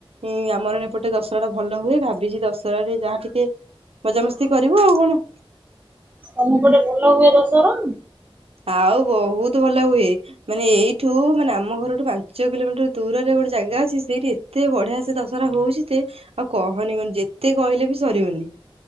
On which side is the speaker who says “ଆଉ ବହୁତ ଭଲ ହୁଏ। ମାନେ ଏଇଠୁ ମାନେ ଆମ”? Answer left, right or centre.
Right